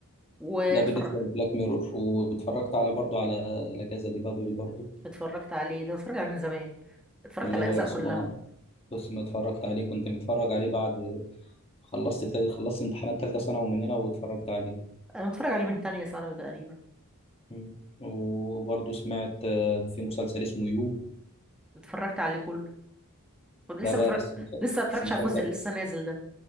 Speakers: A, in the centre; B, on the left.
A: واتفرج
B: ده بالنسبه لبلاك ميرور واتفرجت على برضو على لا كازا دي بابل برضو
A: اتفرجت عليه ده اتفرجت عليه من زمان اتفرجت
B: اللي
A: على
B: هو
A: الاجزاء
B: اسمه
A: كلها
B: بس ما اتفرجت عليه كنت متفرج عليه بعد خلصت تل... خلصت امتحانات تالتة ثانوي من هنا واتفرجت عليه
A: انا متفرج عليه من تانية ثانوي تقريبا
B: مم. وبرضه سمعت آه، في مسلسل اسمه يو
A: اتفرجت عليه كله كنت لسه
B: ده بقى
A: متفرج
B: بس مس-
A: لسه ما اتفرجتش
B: بس مسلسل
A: على الجزء اللي لسه نازل ده